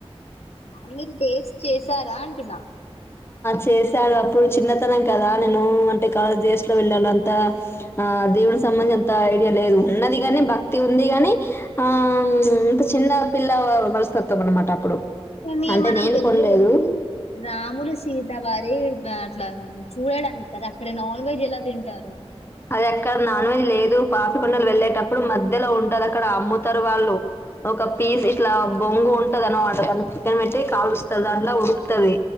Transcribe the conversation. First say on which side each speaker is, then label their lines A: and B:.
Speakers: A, on the left; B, on the left.
A: మీరు టేస్ట్ చెస్ తార అంటున్నా
B: చేశాను అప్పుడు చిన్నతనం కదా నేను అంటే కాలేజ్ డేస్ లో వెళ్ళాను అంత ఆ దేవునికి సంబంధించి అంత ఐడియా లేదు ఉన్నది కాగాని భక్తి ఉంది గాని అ చిన్నపిల్ల మనస్తత్వం అన్నమాట అప్పుడు
A: కానీ
B: అంటే
A: మనం
B: నేను
A: వెళ్ళేది
B: కొనలేదు.
A: రాములు సీత వారి అట్లా చూడడానికి కదా అక్కడ నాన్ వెజ్ ఎలా తింటారు
B: అది అక్కడ నాన్ వెజ్ లేదు పాపి కొండలు వెళ్ళేటప్పుడు మధ్యలో ఉంటది అక్కడ అమ్ముతారు వాళ్ళు ఒక పీస్ ఇట్లా బొంగు ఉంటదన్ మాట దానిలో చికెన్ పెట్టి కాలుస్తరు దాంట్లో ఉడుకుతది